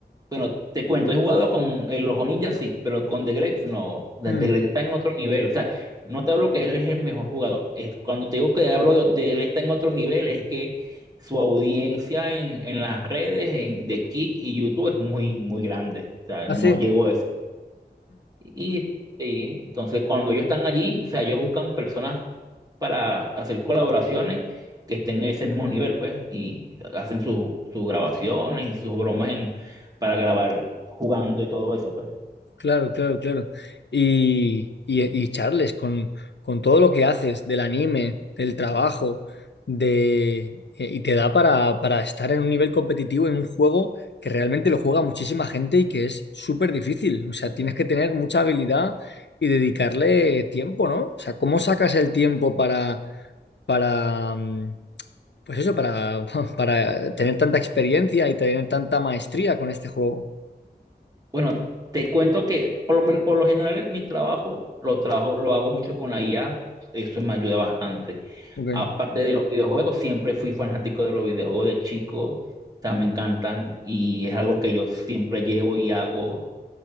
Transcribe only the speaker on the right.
Bueno, te cuento, he jugado con el Ojo Ninja, sí, pero con The Greg no. The
The Greg está en otro nivel. O sea, no te hablo que él es el mejor jugador. Es, cuando te digo que hablo de, de él está en otro nivel, es que su audiencia en, en las redes, en The Kick y YouTube es muy, muy grande. O sea,
no llegó a y, sí, entonces cuando ellos están allí, o sea, ellos buscan personas para hacer colaboraciones que estén en ese mismo nivel, pues, y hacen sus sus grabaciones y sus bromas en, para grabar jugando y todo eso, pues.
Bueno, te cuento que por lo, men- por lo general mi trabajo lo trabajo, lo hago mucho con la IA, eso me ayuda bastante.
Aparte de los videojuegos, siempre fui fanático de los videojuegos de chico, o sea, me encantan y es algo que yo siempre llevo y hago